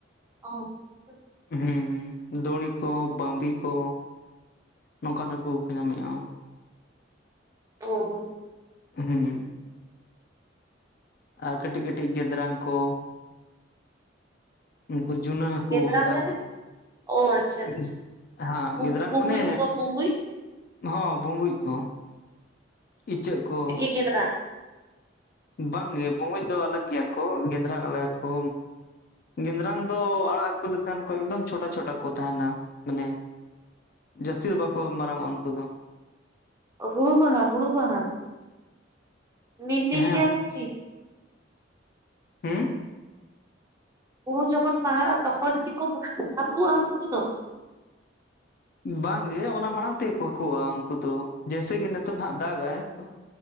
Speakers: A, on the right; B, on the left.
A: ᱚᱸ ᱟᱪᱪᱷᱟ᱾
B: ᱦᱩᱸᱻ ᱦᱩᱸ, ᱫᱩᱲᱤ ᱠᱚ, ᱵᱟᱢᱵᱤ ᱠᱚ᱾ ᱱᱚᱝᱠᱟᱱ ᱦᱟᱠᱩ ᱠᱚ ᱧᱟᱢ‌ᱮᱜ-ᱟ᱾
A: <inaudible>
B: ᱦᱩᱸ᱾ ᱟᱨ ᱠᱟᱹᱴᱤᱡ ᱠᱟᱹᱴᱤᱡ ᱜᱮᱫᱽᱨᱟᱝ ᱠᱚ, ᱩᱱᱠᱩ ᱡᱩᱱᱟᱹ ᱦᱟᱹᱠᱩ
A: ᱜᱮᱫᱽᱨᱟᱝ
B: ᱢᱮᱛᱟ
A: ᱢᱟᱱᱮ
B: ᱠᱚᱣᱟ
A: ᱚ
B: ᱾
A: ᱟᱪᱪᱷᱟ ᱟᱪᱪᱷᱟ
B: <inaudible> ᱦᱟᱸ
A: ᱵᱩ
B: ᱜᱮᱫᱽᱨᱟᱝ
A: ᱵᱩᱸᱵᱩᱡ
B: ᱢᱟᱱᱮ
A: ᱠᱚ ᱵᱩᱸᱵᱩᱡ
B: ᱦᱚᱸ ᱵᱩᱸᱵᱩᱡ ᱠᱚ, ᱤᱪᱟᱹᱜ ᱠᱚ
A: ᱜᱮᱫᱽᱨᱟ?
B: ᱵᱟᱝ ᱜᱮ ᱵᱚᱸᱢᱩᱡᱽ ᱫᱚ ᱟᱞᱟᱜᱽ ᱜᱮᱭᱟ ᱠᱚ ᱜᱮᱸᱫᱽᱨᱟᱝ ᱟᱞᱟᱜᱽ ᱟᱠᱚ ᱜᱮᱸᱫᱽᱨᱝ ᱫᱚ ᱟᱲᱟᱜ ᱦᱟᱹᱠᱩ ᱞᱮᱠᱷᱟᱱ ᱠᱚ ᱮᱠᱫᱚᱢ ᱪᱷᱳᱴᱟ ᱪᱷᱳᱴᱟ ᱠᱚ ᱛᱟᱦᱮᱸᱱᱟ, ᱢᱟᱱᱮ ᱡᱟᱹᱥᱛᱤ ᱫᱚ ᱵᱟᱠᱚ ᱢᱟᱨᱟᱝᱚᱜᱼᱟ ᱱᱩᱠᱩ ᱫᱚ,
A: ᱦᱩᱲᱩ ᱵᱟᱦᱟ ᱦᱩᱲᱩ ᱵᱟᱦᱟ, ᱢᱤᱱ ᱢᱤᱱ
B: ᱦᱮᱸ
A: ᱜᱮᱭᱟ ‌ᱠᱚ ᱠᱤ?
B: ᱦᱩᱸ?
A: ᱦᱩᱲᱩ ᱡᱚᱠᱷᱚᱱ ᱵᱟᱦᱟᱜᱼᱟ ᱛᱚᱠᱷᱚᱱ ᱠᱤ ᱠᱚ ᱦᱟᱹᱠᱩᱜᱼᱟ ᱩᱱᱠᱩ ᱫᱚ?
B: ᱵᱟᱝ ᱜᱮ ᱚᱱᱟ ᱢᱟᱲᱟᱝ ᱛᱮᱜᱮ ᱠᱚ ᱦᱟᱹᱠᱩᱜᱼᱟ ᱩᱱᱠᱩ ᱫᱚ, ᱡᱮᱭᱥᱮ ᱠᱤ ᱱᱤᱛᱚᱜ ᱱᱟᱦᱟᱜ ᱫᱟᱜᱟᱭ ᱛᱚ